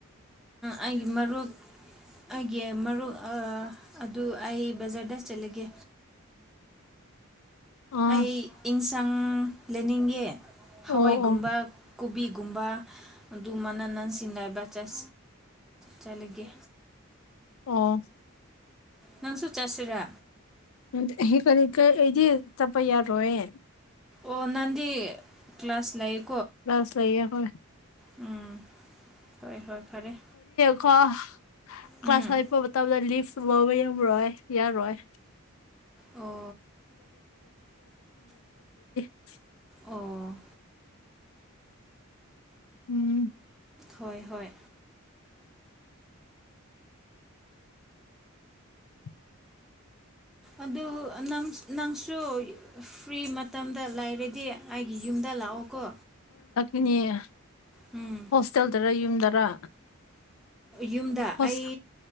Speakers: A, in the centre; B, on the left.
A: ꯑꯩꯒꯤ ꯃꯔꯨꯞ ꯑꯩꯒꯤ ꯃꯔꯨꯞ ꯑ ꯑꯗꯨ ꯑꯩ ꯕꯖꯥꯔꯗ ꯆꯠꯂꯒꯦ
B: <inaudible> ꯑꯥ
A: ꯑꯩ ꯏꯟꯁꯥꯡ ꯂꯩꯅꯤꯡꯉꯦ
B: ꯑꯣ
A: ꯍꯋꯥꯏꯒꯨꯝꯕ
B: ꯑꯣ
A: ꯀꯣꯕꯤ ꯨꯀꯨꯝꯕ ꯑꯗꯨ ꯃꯅ ꯅꯟ ꯁꯤꯡ ꯆꯠ ꯆꯠꯂꯤꯒꯦ
B: ꯑꯣ
A: ꯅꯪꯁꯨ ꯆꯠꯁꯤꯔ
B: ꯐꯅꯤ ꯀꯔꯤ ꯀꯔꯤꯗꯤ ꯑꯩꯗꯤ ꯆꯠꯄ ꯌꯥꯔꯣꯏ
A: ꯑꯣꯅꯗꯤ ꯀ꯭ꯂꯥꯁ ꯂꯩꯥꯏ
B: ꯀꯜꯂꯁ ꯂꯩꯌꯦ ꯍꯣꯏ
A: ꯎꯝ ꯍꯣꯏ ꯍꯣꯏ ꯐꯔꯦ
B: ꯀ ꯀ ꯀ꯭ꯂꯥꯁ
A: ꯎꯝ
B: ꯐꯥꯏꯚ ꯄꯇꯥꯕꯗ ꯂꯤꯚ ꯂꯧꯋꯦ ꯔꯣꯏ ꯌꯔꯣꯏ
A: ꯑꯣ
B: <unintelligible> <inaudible>
A: ꯑꯣ
B: ꯎꯝ
A: ꯍꯣꯏ ꯍꯣꯏ
B: <inaudible>
A: ꯑꯗꯨ ꯅꯪꯁꯨ ꯅꯝꯁꯨ ꯐ꯭ꯔꯤ ꯃꯇꯝꯗ ꯂꯥꯏꯔꯗꯤ ꯑꯩꯒꯤ ꯌꯨꯝꯗ ꯂꯥꯛꯑꯣꯀꯣ
B: ꯏꯅꯦ
A: ꯎꯝ
B: ꯍꯣꯁꯇꯦꯜꯗꯔ ꯌꯨꯝꯗꯔ
A: ꯌꯨꯝꯗ
B: ꯍꯣꯁ
A: ꯑꯩ